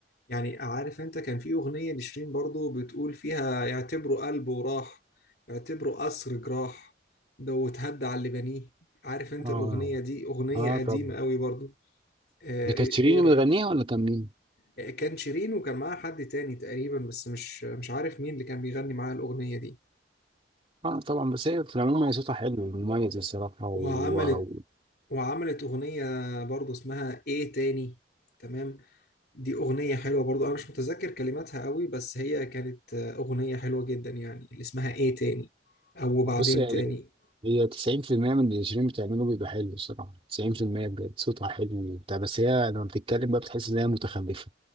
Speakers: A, on the left; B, on the right.
A: يعني عارف انت كان في اغنيه لشيرين برضو بتقول فيها يعتبروا قلبه راح يعتبروا قصر جراح ده وتهدى على اللي بنيه عارف انت
B: اه
A: الاغنيه دي اغنيه
B: اه
A: قديمه
B: طبعا
A: قوي برضو آه،
B: ده كانت
A: ايه
B: شيرين
A: إيه
B: اللي
A: رايك
B: بتغنيها ولا كان مين
A: آه، كان شيرين وكان معاها حد تاني تقريبا بس مش مش عارف مين اللي كان بيغني معاها الاغنيه دي
B: اه طبعا بس هي في العموم هي صوتها حلو ومميز الصراحة و-
A: وعملت وعملت اغنيه برضو اسمها ايه تاني تمام دي أغنية حلوة برضو أنا مش متذكر كلماتها قوي بس هي كانت آه، أغنية حلوة جدا يعني اللي اسمها إيه تاني أو وبعدين
B: وبص هي
A: تاني
B: هي 90% من اللي شيرين بتعمله بيبقى حلو الصراحة 90% بجد صوتها حلو وبتاع بس هي لما بتتكلم بقى بتحس إن هي متخلفة